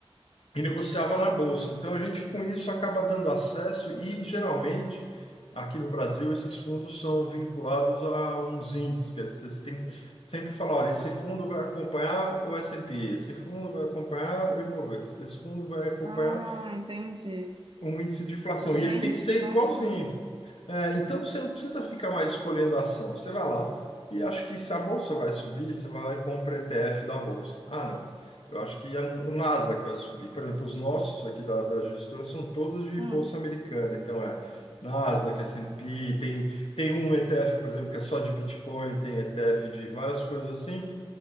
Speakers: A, on the left; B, on the right.
A: e negociava na bolsa. Então a gente com isso acaba dando acesso e geralmente aqui no Brasil esses fundos são vinculados a uns índices, quer dizer, você tem que sempre falar, olha, esse fundo vai acompanhar o S&P, esse fundo vai acompanhar o Ibovespa, esse fundo vai acompanhar
B: Ah, entendi.
A: um índice de inflação
B: Gente,
A: e ele tem que ser
B: que bacana.
A: igualzinho. É, então você não precisa ficar mais escolhendo a ação. Você vai lá e acho que se a bolsa vai subir, você vai lá e compra ETF da bolsa. Ah, não. Eu acho que é o Nasdaq vai subir. Por exemplo, os nossos aqui da, da gestora são todos de
B: Hum,
A: bolsa americana. Então é Nasdaq, S&P, tem, tem um ETF, por exemplo, que é só de Bitcoin, tem ETF de várias coisas assim.